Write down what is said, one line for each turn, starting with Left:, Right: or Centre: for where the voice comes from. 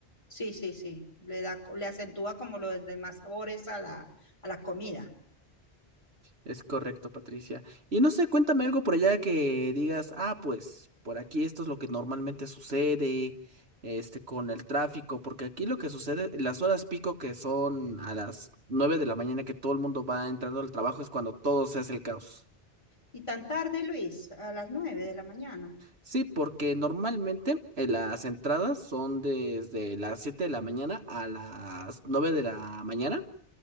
Left: Sí, sí, sí. Le da, le acentúa como los demás sabores a la, a la comida.
Right: Es correcto, Patricia. Y no sé, cuéntame algo por allá que digas, ah, pues por aquí esto es lo que normalmente sucede, este, con el tráfico, porque aquí lo que sucede, las horas pico que son a las 9 de la mañana que todo el mundo va entrando al trabajo es cuando todo se hace el caos.
Left: Y tan tarde, Luis, a las nueve de la mañana.
Right: Sí, porque normalmente eh, las entradas son desde las 7 de la mañana a las 9 de la mañana.